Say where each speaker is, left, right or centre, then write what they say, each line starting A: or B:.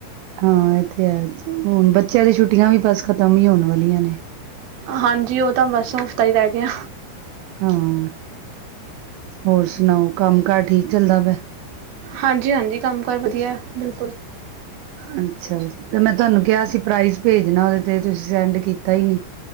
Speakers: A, on the right (about 85°); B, on the right (about 60°).
A: ਹਾਂ ਐ ਤੇ ਹੈ ਹੁਨ ਬੱਚੇਆਂ ਦੀ ਛੁੱਟੀਆਂ ਵੀ ਬਸ ਖਤਮ ਈ ਹੋਨ ਵਾਲੀਆਂ ਨੇ।
B: ਹਾਂਜੀ ਓ ਤਾਂ ਬਸ ਹਫ਼ਤਾ ਈ ਰੈ ਗੇਆ।
A: ਹਾਂ ਹੋਰ ਸੁਨਾਓ ਕੰਮ ਕਾਰ ਠੀਕ ਚੱਲਦਾ ਪੇਆ?
B: ਹਾਂਜੀ ਹਾਂਜੀ ਕੰਮ ਕਾਰ ਵਧਿਆ ਬਿਲਕੁਲ।
A: ਅੱਛਾ ਤੇ ਮੈਂ ਤੁਹਾਨੂੰ ਕਿਹਾ ਸੀ ਪ੍ਰਾਈਜ਼ ਭੇਜਣਾ ਉਹਦੇ ਤੇ ਤੁਸੀਂ ਸੈਂਡ ਕੀਤਾ ਹੀ ਨਹੀਂ